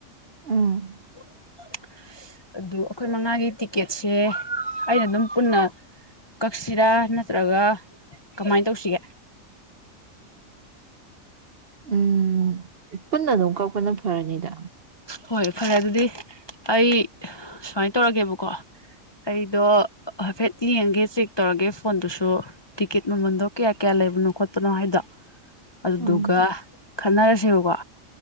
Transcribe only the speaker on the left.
<inaudible> ꯑꯗꯨ ꯑꯩꯈꯣꯏ ꯃꯉꯥꯒꯤ ꯇꯤꯛꯀꯦꯠꯁꯦ ꯑꯩꯅ ꯑꯗꯨꯝ ꯄꯨꯟꯅ ꯀꯛꯁꯤꯔꯥ ꯅꯠꯇ꯭ꯔꯒ ꯀꯃꯥꯏꯅ ꯇꯧꯁꯤꯒꯦ
ꯍꯣꯏ ꯐꯔꯦ ꯑꯗꯨꯗꯤ ꯑꯩ ꯁꯨꯃꯥꯏꯅ ꯇꯧꯔꯒꯦꯕꯀꯣ ꯑꯩꯗꯣ ꯍꯥꯏꯐꯦꯠ ꯌꯦꯡꯒꯦ ꯆꯦꯛ ꯇꯧꯔꯒꯦ ꯐꯣꯟꯗꯨꯁꯨ ꯇꯤꯛꯀꯦꯠ ꯃꯃꯟꯗꯣ ꯀꯌꯥ ꯀꯌꯥ ꯂꯩꯕꯅꯣ ꯈꯣꯠꯄꯅꯣ ꯍꯥꯏꯗꯣ ꯑꯗꯨꯗꯨꯒ
ꯈꯟꯅꯔꯁꯦꯕꯀꯣ